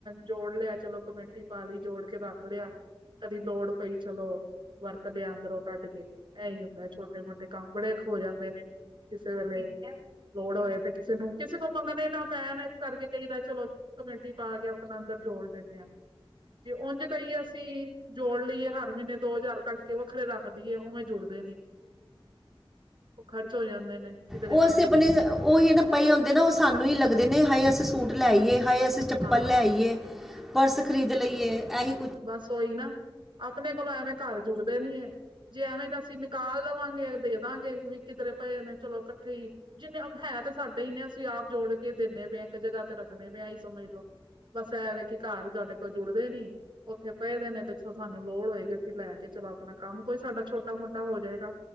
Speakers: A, on the right; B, in the centre.
A: ਜੋੜ ਲਿਆ ਚਲੋ ਕਮੇਟੀ ਪਾ ਲਈ ਜੋੜ ਕੇ ਰੱਖ ਰਖ ਲਿਆ, ਕਦੀ ਲੋੜ ਪਈ ਚਲੋ ਵਰਤ ਲਿਆ ਅੰਦਰੋਂ ਕੱਢ ਕੇ, ਇਹੀ ਹੁੰਦਾ ਛੋਟੇ ਮੋਟੇ ਕੰਮ ਬੜੇ ਹੋ ਜਾਂਦੇ ਨੇ ਕਿਸੇ ਵੇਲੇ, ਲੋੜ ਹੋਏ ਤੇ ਕਿਸੇ ਨੂੰ ਕਿਸੇ ਕੋ ਮੰਗਣੇ ਨਾ ਪੈਣ ਇਸ ਕਰਕੇ ਕਈਦਾ ਚਲੋ ਕਮੇਟੀ ਪਾ ਕੇ ਆਪਣਾ ਅੰਦਰ ਜੋੜ ਲੈਂਦੇ ਹਾਂ, ਜੇ ਉਂਝ ਕਈ ਅਸੀਂ ਜੋੜ ਲਈਏ ਹਰ ਮਹੀਨੇ ਦੋ ਹਜ਼ਾਰ ਕੱਢ ਕੇ ਵੱਖਰੇ ਰੱਖ ਦੇਈ, ਉਵੇਂ ਜੁੜਦੇ ਨੀ ਉਹ ਖ਼ਰਚ ਹੋ ਜਾਂਦੇ ਨੇ। ਕਿਧਰੇ
B: ਉਹ
A: ਨਾ
B: ਅਸੀਂ
A: ਕਿਧਰੇ
B: ਅਪਣੇ ਓਹੀ ਪਏ ਹੁੰਦੇ ਨਾ ਓਹ ਸਾਨੂੰ ਹੀ ਲੱਗਦੇ ਨੇ ਹਾਏ ਅਸੀਂ ਸੂਟ ਲੈ ਆਈਏ, ਹਾਏ ਅਸੀਂ ਚੱਪਲ
A: ਹਾਂ
B: ਲੈ ਆਈਏ, ਪਰਸ ਖਰੀਦ ਲਈਏ। ਐਹੀ
A: ਬਸ ਓਹੀ ਨਾ, ਅਪਣੇ ਕੋਲੋਂ ਐਵੇਂ ਘਰ ਜੁੜਦੇ ਨੀ ਐ। ਜੇ ਐਵੇਂ ਦਾ ਅਸੀਂ ਨਿਕਾਲ ਲਵਾਂਗੇ ਦੇ ਦੇਵਾਂਗੇ ਵੀ ਕਿਧਰੇ ਪਏ ਨੇ ਚਲੋ ਇਕੱਠੇ ਈ ਜਿੰਨੇ ਹਮ ਹੈ ਤੇ ਸਾਡੇ ਈ ਨੇ ਅਸੀਂ ਆਪ ਜੋੜ ਕੇ ਦਿੰਦੇ ਪੇ ਆਂ, ਇੱਕ ਜਗ੍ਹਾ ਤੇ ਰੱਖਣੇ ਪਏ ਆਂ ਐਹੀ ਸਮਝ ਲੋ। ਬਸ ਐਂਵੇ ਕਿ ਘਰ ਸਾਡੇ ਕੋਲ ਜੁੜਦੇ ਨੀ ਉਥੇ ਪਏਦੇ ਨੇ ਤੇ ਸਾਨੂੰ ਲੋੜ ਹੋਏਗੀ ਅਸੀਂ ਲੈ ਕੇ ਚਲੋ ਅਪਣਾ ਕੰਮ ਕੋਈ ਸਾਡਾ ਛੋਟਾ-ਮੋਟਾ ਹੋ ਜਾਏਗਾ।